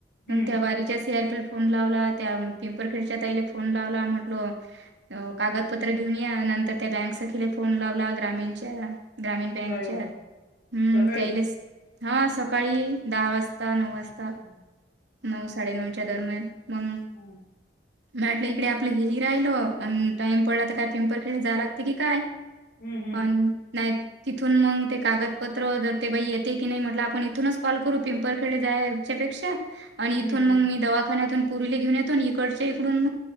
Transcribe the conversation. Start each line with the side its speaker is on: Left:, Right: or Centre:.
Left: हम्म.
Right: त्या वारीच्या सिआरपी. फोन लावला. त्या पिंपर खेडच्या ताईला फोन लावला म्हटलं. कागदपत्र घेऊन या नंतर त्या बँक सखिला फोन लावला ग्रामीणच्या ग्रामीण बँकच्या
Left: काय हो
Right: हम्म
Left: सकाळीच?
Right: त्यायले हा सब सकाळी दहा वाजता नऊ वाजता.
Left: हं,
Right: नऊ साडेनऊच्या दरम्यान मगं.
Left: हम्..
Right: <inaudible> म्हटलं इकडे आपलं हे राहिल आणि टाइम पडला तर काय पिंपर खेळी जा लागते की काय.
Left: हं, हं,
Right: अन नायत. तिथून मग ते कागदपत्र जर ते बाई येते की नाही म्हटलं आपण इथूनच कॉल करू पिंपरखेडला जायच्या पेक्षा. आणि इथून
Left: हं, हं.
Right: मग मी दवाखान्यातून पोरीला घेऊन येतो आणि इकडच्या इकडुन